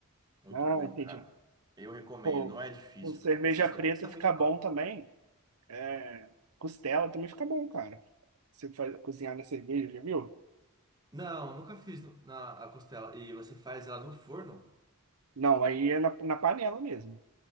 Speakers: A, on the right; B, on the right.
A: Muito
B: Ah,
A: bom,
B: entendi.
A: cara. Eu recomendo,
B: Pô,
A: não é difícil,
B: com cerveja
A: cara. Você só
B: preta
A: tem que saber
B: fica
A: limpar.
B: bom também. É, costela também fica bom, cara. Você faz, cozinhar na cerveja, já viu?
A: Não, nunca fiz no- na a costela. E você faz ela no forno?
B: Não, aí é na, na panela mesmo.